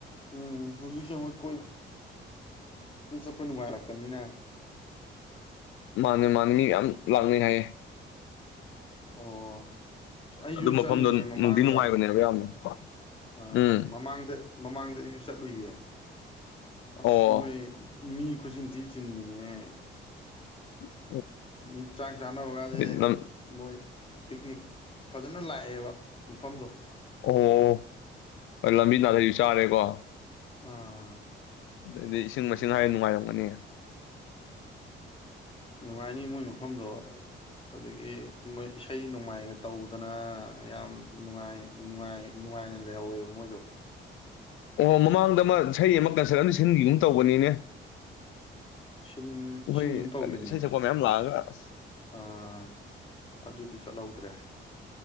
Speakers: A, on the left (about 25°); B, on the left (about 80°).
A: <unintelligible> ꯍꯧꯖꯤꯛꯁꯦ ꯃꯨꯛ ꯀꯣꯏꯕ ꯑꯗꯨ ꯆꯠꯄ ꯅꯨꯡꯉꯥꯏꯔꯛꯄꯅꯤꯅ
B: ꯃꯥꯅꯦ ꯃꯥꯅꯤ ꯃꯤ ꯌꯥꯝ ꯂꯥꯛꯅꯩ ꯍꯥꯏꯌꯦ
A: ꯑꯣ ꯑ ꯑꯩꯁꯨ
B: ꯑꯗꯨ ꯃꯐꯝꯗꯣ
A: ꯆꯠꯂꯨꯏꯌꯦ ꯃꯃꯥꯡꯗ
B: ꯅꯨꯡꯗꯤ ꯅꯨꯡꯉꯥꯏꯕꯅꯦꯕ ꯌꯥꯝꯅ ꯀꯣ
A: ꯑꯥ
B: ꯎꯝ
A: ꯃꯃꯥꯡꯗ ꯃꯃꯥꯡꯗ ꯑꯩꯁꯨ ꯆꯠꯂꯨꯏꯌꯦ ꯑꯁ
B: ꯑꯣ
A: ꯃꯣꯏ ꯃꯤ ꯈꯨꯆꯤꯟꯊꯤ ꯆꯤꯟꯕꯅꯤꯍꯦ
B: <unintelligible>
A: ꯃꯤ ꯆꯥꯛ ꯆꯥꯟꯅꯕꯒꯖꯦ
B: ꯑꯣ
A: ꯃꯣꯏ ꯄꯤꯛꯅꯤꯛ ꯐꯖꯅ ꯂꯥꯛꯑꯦꯕ ꯃꯐꯝꯗꯣ
B: ꯑꯣ ꯂꯝꯕꯤ ꯅꯥꯗꯩꯁꯨ ꯆꯥꯔꯦꯀꯣ
A: ꯑꯥ
B: ꯑꯗꯩꯗꯤ ꯏꯁꯤꯡ ꯃꯥꯏꯁꯤꯡ ꯍꯥꯏꯔ ꯅꯨꯡꯉꯥꯏꯔꯝꯒꯅꯤ
A: ꯅꯨꯡꯉꯥꯏꯅꯤ ꯃꯣꯏ ꯃꯐꯝꯗꯣ ꯑꯗꯒꯤ ꯃꯣꯏ ꯏꯁꯩ ꯅꯣꯡꯃꯥꯏꯒ ꯇꯧꯗꯅ ꯌꯥꯝ ꯅꯨꯡꯉꯥꯏ ꯅꯨꯡꯉꯥꯏ ꯅꯨꯡꯉꯥꯏꯅ ꯂꯩꯍꯧꯋꯦꯕ ꯃꯣꯏꯗꯣ
B: ꯑꯣ ꯃꯃꯥꯡꯗ ꯑꯃ ꯏꯁꯩ ꯑꯃ ꯀꯟꯁꯔꯠ ꯑꯃ ꯁꯤꯟꯒꯤꯒꯨꯝ ꯇꯧꯕꯅꯤꯅꯦ
A: ꯁꯤꯟ
B: ꯑꯩꯈꯣꯏ
A: ꯁꯤꯟꯒꯨꯝ ꯇꯧꯈꯤꯕꯅꯦ
B: ꯏꯁꯩ ꯁꯛꯄ ꯃꯌꯥꯝ ꯂꯥꯛꯑꯒ ꯑꯁ
A: ꯑꯥ ꯑꯗꯨꯗꯤ ꯆꯠꯂꯧꯗ꯭ꯔꯦ